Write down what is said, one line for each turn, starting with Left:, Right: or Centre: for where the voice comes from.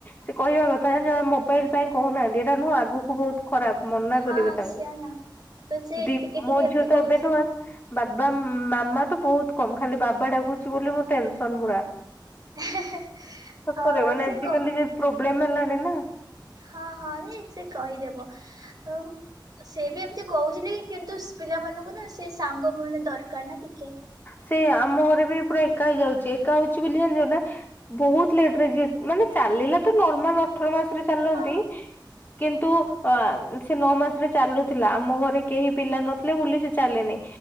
Left: ସେ କହିବା କଥା ଆ ଯେ ମୋବାଇଲ ପାଇଁ କହୁନାହାନ୍ତି ଏଇଟା ନୁହଁ ଆଗକୁ ବହୁତ ଖରାପ ମନା
Right: ହଁ
Left: କରିବେ ତାଙ୍କୁ
Right: ସିଏ ନା ତ ସେ
Left: ଦି
Right: ଟିକେ ଟିକେ
Left: ମୋ
Right: ଏମିତି
Left: ଝିଅ ତ
Right: କହୁଛି
Left: ଏବେ ନୁହେଁ ବାବା ମାମା ତ ବହୁତ କମ ଖାଲି ବାବା ଡାକୁୁଛି ବୋଲି ମୋ ଟେନସନ ପୁରା।
Right: <inaudible>
Left: ସତରେ ମାନେ
Right: ସେ
Left: ଆଜିକାଲି
Right: କହି
Left: ଯୋଉ ପ୍ରୋବ୍ଲେମ ହେଲାଣି ନା
Right: ହଁ ହଁ ନାଇ ସେ କହିଦେବ ଆଉ ସେ ବି ଏମିତି କହୁଚି ବି କିନ୍ତୁ ପିଲାମାନଙ୍କୁ ନା ସେ ସାଙ୍ଗ ମାନେ ଦରକାର ନା ଟିକେ।
Left: ସେ ଆମ ଘରେ ବି ପୁରା ଏକା ହେଇଯାଉଚି ଏକା ହଉଛି ବୋଲି ଜାଣିଚ ନା ବହୁତ ଲେଟରେ ଯେ ଅ ମାନେ ଚାଲିଲା ତ ନର୍ମାଲ ଅଠର ମାସରେ ଚାଲନ୍ତି।
Right: ହଁ
Left: କିନ୍ତୁ ଅ ସେ ନଅ ମାସରେ ଚାଲୁଥିଲା ଆମ ଘରେ କେହି ପିଲା ନଥିଲେ ବୋଲି ସେ ଚାଲେନି।